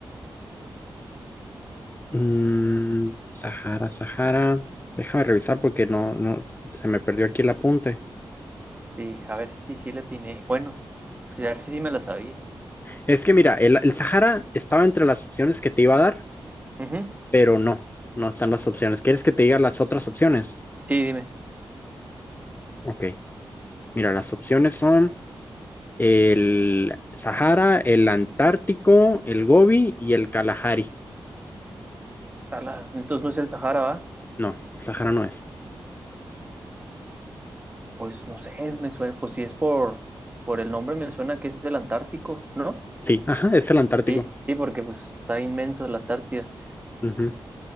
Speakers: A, on the left; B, on the right.
A: Mm, Sahara, Sahara. Déjame revisar porque no, no, se me perdió aquí el apunte.
B: Sí, a ver si sí, sí, sí le atiné. Bueno, sí, a ver si sí me la sabía.
A: Es que mira, el, el Sahara estaba entre las opciones que te iba a dar,
B: Ujú.
A: pero no, no están las opciones. ¿Quieres que te diga las otras opciones?
B: Sí, dime.
A: Ok, mira, las opciones son el Sahara, el Antártico, el Gobi y el Kalahari.
B: Ala, entonces no es el Sahara, ¿va?
A: No, el Sahara no es.
B: Pues no sé, me suena, pues si es por, por el nombre me suena que es el Antártico, ¿no?
A: Sí, ajá, es el Antártico.
B: Sí, sí, porque pues está inmenso la Antártida.
A: Ujú,